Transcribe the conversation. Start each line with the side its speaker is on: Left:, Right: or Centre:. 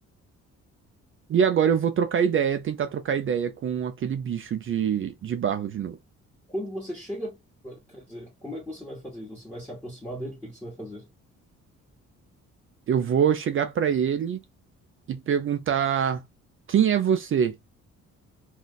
Right: E agora eu vou trocar ideia, tentar trocar ideia com aquele bicho de, de barro de novo.
Centre: Quando você chega. Quer dizer, como é que você vai fazer isso? Você vai se aproximar dele? O que que você vai fazer?
Right: Eu vou chegar pra ele e perguntar: quem é você?